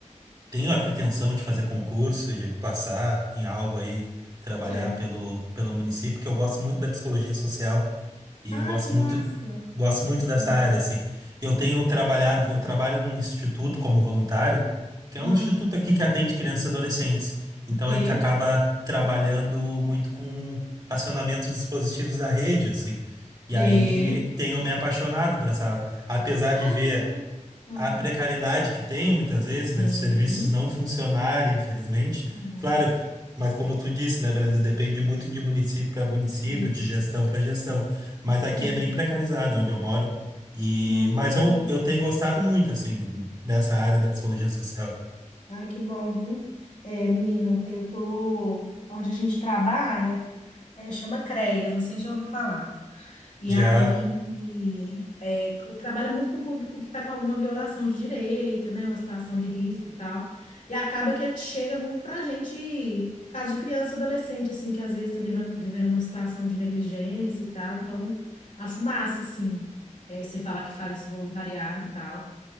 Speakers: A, on the right; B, on the left.
A: tenho a pretensão de fazer concurso, de passar em algo aí, trabalhar
B: Sei.
A: pelo, pelo município, porque eu gosto muito da psicologia social e
B: Ah,
A: eu gosto
B: que massa!
A: muito, gosto muito dessa
B: Ah,
A: área, assim. Eu tenho trabalhado, eu trabalho num instituto como voluntário, que é
B: ah,
A: um instituto aqui que atende crianças e adolescentes. Então
B: sei,
A: a gente acaba trabalhando muito com acionamentos dispositivos da rede, assim.
B: sei.
A: E aí tenho me apaixonado por essa, área. apesar de
B: Ai,
A: ver
B: que bom. Ah,
A: a precariedade que tem muitas vezes,
B: sim,
A: né? Os serviços não funcionarem, infelizmente.
B: Uhum.
A: Claro, mas como tu disse, né, Brenda, depende muito de município para município,
B: sim.
A: de gestão para gestão. Mas aqui
B: Uhum.
A: é bem precarizado onde eu moro. E
B: Não, pode
A: mas
B: ser.
A: eu, eu tenho gostado muito assim dessa área da psicologia social.
B: Ai, que bom, viu? É, menino, eu tô onde a gente trabalha, é, chama CREAS, não sei se já ouviu falar. E
A: Já
B: aí, é, co- trabalha muito com o público que está com alguma violação de direito, né? Uma situação de risco e tal. E acaba que ele chega muito para a gente, caso de criança, adolescente, assim, que às vezes está vivendo, vivendo uma situação de negligência e tal. Então, acho massa, assim, é, você falar que faz esse voluntariado e tal.